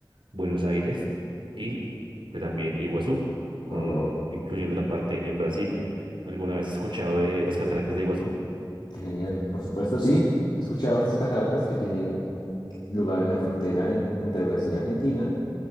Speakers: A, on the right; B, on the left.
A: Buenos Aires y fue también Iguazú, con,
B: Wow, wow,
A: incluyendo la parte en Brasil. ¿Alguna vez has escuchado de las cataratas de Iguazú?
B: qué genial. Por supuesto, sí. He escuchado estas cataratas que tienen lugar en la frontera en- entre Brasil y Argentina